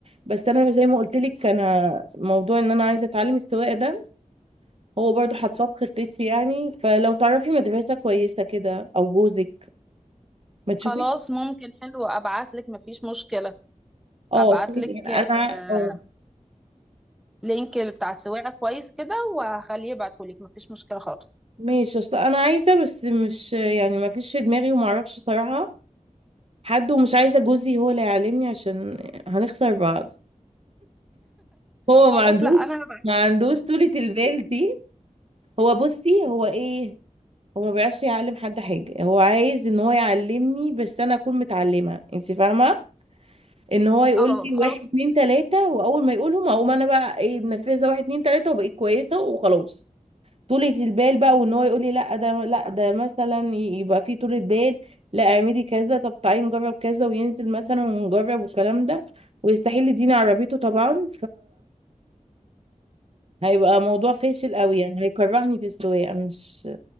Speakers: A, on the right; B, in the centre.
A: بس انا زي ما قلت لك انا موضوع ان انا عايزه اتعلم السواقه ده هو برضو حاطاه في خطتي يعني فلو تعرفي مدرسه كويسه كده او جوزك ما تشوفي
B: خلاص ممكن حلو ابعت لك مفيش مشكله
A: اه
B: ابعت
A: يعني
B: لك آه،
A: انا اه
B: لينك بتاع السواقه كويس كده وهخليه يبعته لك مفيش مشكله خالص
A: ماشي اصل انا عايزه بس مش يعني ما فيش في دماغي وما اعرفش صراحه حد ومش عايزه جوزي هو اللي يعلمني عشان هنخسر بعض هو
B: خلاص
A: ما عندوش
B: لا انا هبعت
A: ما
B: لك
A: عندوش طولة البال دي هو بصي هو ايه هو ما بيعرفش يعلم حد حاجة هو عايز ان هو يعلمني بس انا اكون متعلمة انت فاهمة ان هو يقول
B: اه
A: لي واحد
B: خلاص
A: اتنين تلاتة واول ما يقولهم اقوم انا بقى ايه منفذة واحد اتنين تلاتة وبقيت كويسة وخلاص طولة البال بقى وان هو يقول لي لا ده لا ده مثلا يبقى في طولة بال لا اعملي كذا طب تعالي نجرب كذا وينزل مثلا ونجرب والكلام ده ويستحيل يديني عربيته طبعا فهيبقى موضوع فاشل قوي يعني هيكرهني في السواقة مش